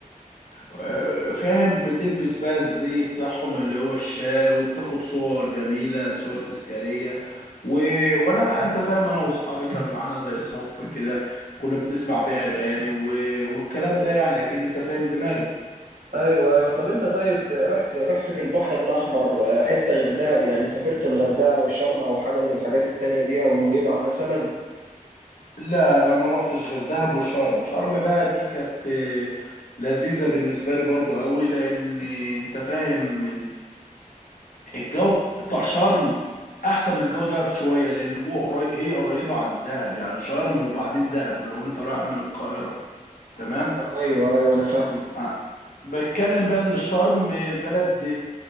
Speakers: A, on the left; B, on the right.
A: آه، فاهم بتلبس بقى الزي بتاعهم اللي هو الشال وبتاخد صور جميلة صور تذكارية و... وانا بقى انت فاهم انا واصحابي كان معانا زي صب كده كنا بنسمع بيه اغاني و... والكلام ده يعني اكيد انت فاهم دماغي
B: أيوه أيوه طب أنت طيب رحت رحت في البحر الأحمر حتة غير دهب يعني سافرت الغردقة أو شرم أو حاجة من الحاجات التانية دي أو نويبع مثلا
A: لا انا ما روحتش غير دهب وشرم شرم بقى دي كانت آه، لذيذة بالنسبة لي برضو قوي لان انت فاهم الجو بتاع شرم احسن من جو دهب شويه لان هو قريب هي قريبه عن دهب يعني شرم وبعدين دهب لو انت رايح من القاهره تمام
B: أيوه أيوه أنا فاهم
A: آه. بتكلم بقى ان شرم بلد